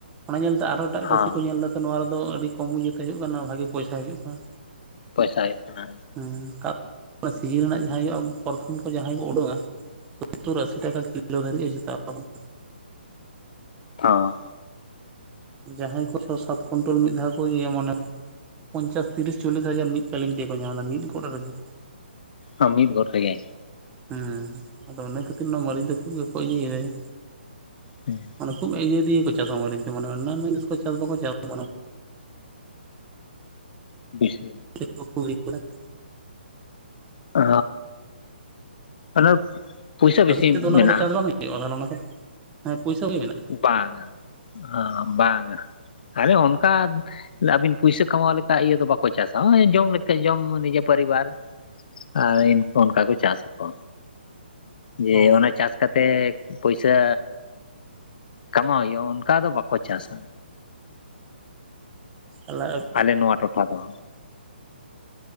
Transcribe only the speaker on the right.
ᱚᱱᱟ ᱧᱮᱞᱛᱮ ᱟᱨᱦᱚ ᱮᱴᱟᱜ
ᱪᱟᱹᱥᱤ ᱠᱚ ᱧᱮᱞ ᱫᱟ ᱛᱚ, ᱱᱚᱣᱟ ᱨᱮ ᱫᱚ ᱟᱹᱰᱤ ᱠᱚᱢ ᱤᱭᱟᱹ ᱛᱮ ᱦᱳᱭᱳᱜ ᱠᱟᱱᱟ, ᱵᱷᱟ ᱜᱮ ᱯᱚᱭᱥᱟ ᱦᱳᱭᱳᱜ ᱠᱟᱱᱟ᱾
ᱦᱩ ᱛᱟᱣ ᱥᱤᱡᱤᱱ ᱨᱮᱱᱟᱜ ᱡᱟᱦᱟᱸᱭ ᱦᱳᱭᱳᱜᱼᱟ, ᱯᱚᱨᱚᱛᱷᱚᱢ ᱠᱚ ᱡᱟᱦᱟᱸᱭ ᱠᱚ ᱩᱰᱩᱠᱟ᱾ ᱥᱚᱛᱳᱨ ᱟᱥᱤ ᱴᱟᱠᱟ ᱠᱤᱞᱳ ᱫᱷᱟᱹᱨᱤᱡ <unintelligible>
ᱡᱟᱦᱟᱸᱭ ᱠᱚ ᱪᱷᱚ ᱥᱟᱛ ᱠᱩᱭᱱᱴᱟᱞ, ᱢᱤᱫ ᱫᱷᱟᱣ ᱠᱚ ᱤᱭᱟᱹᱭᱟ ᱢᱟᱱᱮ ᱯᱚᱧᱪᱟᱥ ᱛᱤᱨᱤᱥ ᱪᱚᱞᱞᱤᱥ ᱦᱟᱡᱟᱨ, ᱢᱤᱫ ᱠᱟᱞᱤᱱ ᱛᱮ ᱜᱮᱠᱚ ᱧᱟᱢ ᱫᱟ, ᱢᱤᱫ ᱜᱚᱫ ᱨᱮ ᱜᱮ᱾
ᱦᱮᱸ ᱟᱫᱚ ᱚᱱᱟ ᱠᱷᱟᱹᱛᱤᱨ ᱱᱚᱶᱟ, ᱢᱟᱨᱤᱪ ᱫᱚ ᱠᱷᱩᱵ ᱜᱮ ᱠᱚ ᱤᱭᱟᱹᱭᱟ᱾
ᱢᱟᱱᱮ ᱠᱷᱩᱵᱽ ᱤᱭᱟᱹ ᱫᱤᱭᱮ ᱠᱚ ᱪᱟᱥᱟ, ᱢᱟᱹᱨᱤᱪ ᱫᱚ ᱢᱟᱱᱮ ᱚᱱᱟᱱ ᱡᱤᱱᱤᱥ ᱠᱚ ᱪᱟᱥ ᱵᱟᱠᱚ ᱪᱟᱥ <unintelligible>
<unintelligible> <unintelligible> <unintelligible> <unintelligible>
ᱟᱹᱵᱤᱱ ᱥᱮᱫ ᱫᱚ ᱚᱱᱟ
<unintelligible> ᱚᱱᱟ ᱠᱚ ᱫᱚ ᱦᱮᱸ ᱯᱩᱭᱥᱟᱹ ᱜᱮ ᱢᱮᱱᱟᱜᱼᱟ᱾
ᱚ ᱚ
ᱛᱟᱦᱞᱮ